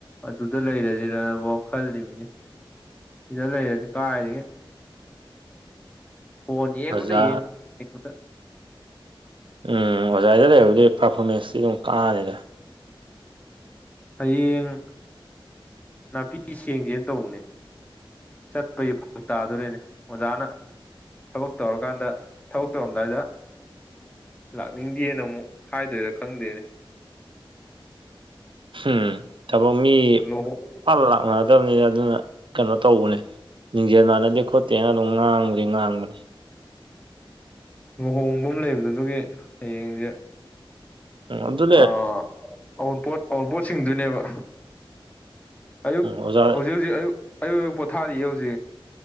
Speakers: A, on the left; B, on the right.
A: ꯑꯗꯨꯗ ꯂꯩꯔꯖꯤꯔꯕꯥꯎ ꯈꯜꯂꯤꯝꯃꯤꯅ‌ꯦ ꯁꯤꯗ ꯂꯩꯔꯗꯤ ꯀꯥꯏꯗꯒꯤ ꯐꯣꯟ ꯌꯦꯡꯕꯗ
B: ꯑꯣꯖꯥ
A: ꯌꯦꯡ ꯌꯦꯡꯕꯗ
B: ꯎꯝ ꯍꯣꯖꯥꯏꯗ ꯂꯩꯔꯕꯨꯗꯤ ꯄ꯭ꯔꯐꯣꯃꯦꯟꯁꯇꯤ ꯑꯗꯨꯝ ꯀꯥꯅꯤꯗꯥ
A: ꯍꯌꯦꯡ ꯅꯥꯄꯤ ꯁꯦꯡꯖꯦꯅ ꯇꯧꯕꯅꯦ ꯆꯠꯄꯩ ꯐꯔꯛ ꯇꯥꯗꯣꯔꯦꯅꯦ ꯑꯣꯖꯥꯅ ꯊꯕꯛ ꯇꯧꯔꯀꯥꯟꯗ ꯊꯕꯛ ꯇꯧꯔꯝꯗꯥꯏꯗ ꯂꯥꯛꯅꯤꯡꯗꯦꯅ ꯑꯃꯨꯛ ꯍꯥꯏꯗꯣꯏꯔ ꯈꯪꯗ‌ꯦꯅꯦ
B: ꯎꯝ ꯊꯕꯛ ꯃꯤ
A: ꯂꯨꯍꯣꯡ
B: ꯄꯥꯛ ꯂꯥꯛꯅꯗꯝꯅꯤꯅ ꯑꯗꯨꯅ ꯀꯩꯅꯣ ꯇꯧꯕꯅꯦ ꯂꯤꯡꯖꯦꯟ ꯃꯥꯟꯅꯗꯦ‌ ꯈꫭꯠ ꯇꯦꯅ ꯑꯗꯨꯝ ꯉꯥꯡꯕꯗꯤ ꯉꯥꯡꯕꯅꯤ
A: ꯂꯨꯍꯣꯡꯕ ꯑꯃ ꯂꯩꯕꯗꯣ ꯑꯗꯨꯒꯤ ꯍꯌꯦꯡꯖꯦ
B: ꯑꯣ ꯑꯗꯨꯠ
A: ꯑꯥ ꯑꯋꯨꯟꯄꯣꯠ ꯑꯋꯨꯟꯄꯣꯠ ꯁꯤꯡꯗꯨꯏꯅꯦꯕ ꯑꯌꯨꯛ
B: ꯑꯣꯖꯥꯗ ꯎꯝ ꯑꯣꯖꯥ
A: ꯍꯧꯖꯤꯛ ꯍꯧꯖꯤꯛ ꯑꯌꯨꯛ ꯑꯌꯨꯛ ꯑꯌꯨꯛ ꯄꯣꯊꯥꯔꯤꯌꯦ ꯍꯧꯖꯤꯛ